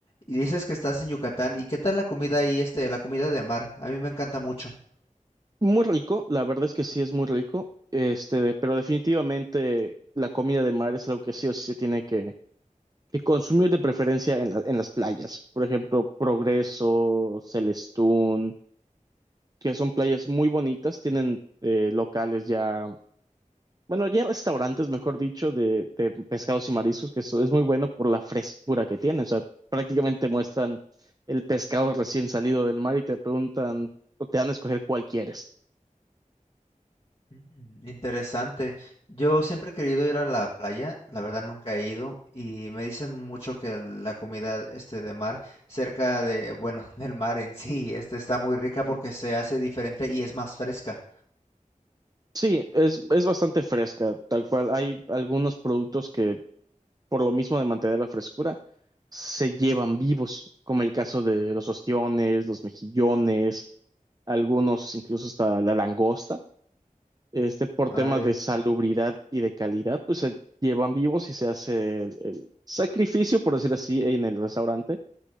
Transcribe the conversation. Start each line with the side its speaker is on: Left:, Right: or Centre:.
Left: Y dices que estás en Yucatán. ¿Y qué tal la comida ahí, este, la comida de mar? A mí me encanta mucho.
Right: Muy rico, la verdad es que sí es muy rico, este, pero definitivamente la comida de mar es algo que sí o sí se tiene que, que consumir de preferencia en la- en las playas. Por ejemplo, Progreso, Celestún, que son playas muy bonitas, tienen eh, locales ya Bueno, ya restaurantes, mejor dicho, de, de pescados y mariscos, que eso es muy bueno por la frescura que tiene. O sea, prácticamente muestran el pescado recién salido del mar y te preguntan o te dan a escoger cuál quieres.
Left: Mm. Interesante. Yo siempre he querido ir a la playa, la verdad nunca he ido y me dicen mucho que la comida este de mar cerca de, bueno, <laughs> del mar en sí, este está muy rica porque se hace diferente y es más fresca.
Right: Sí, es, es bastante fresca, tal cual. Hay algunos productos que, por lo mismo de mantener la frescura, se llevan vivos, como el caso de los ostiones, los mejillones, algunos incluso hasta la langosta. este, por
Left: Ay,
Right: temas de salubridad y de calidad, pues se llevan vivos y se hace el, el sacrificio, por decir así, en el restaurante,